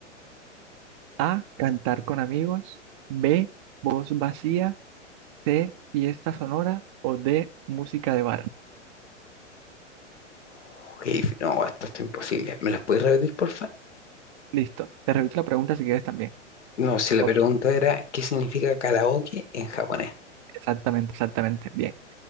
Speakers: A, on the right; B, on the left.
A: A, cantar con amigos, B, voz vacía. de fiesta sonora o de música de bar.
B: Uf, qué difí- No, esto está imposible. ¿Me las puedes repetir, porfa?
A: Listo. Te repito la pregunta si quieres también.
B: No, si la
A: O-
B: pregunta era, ¿qué significa karaoke en japonés?
A: Exactamente, exactamente. Bien.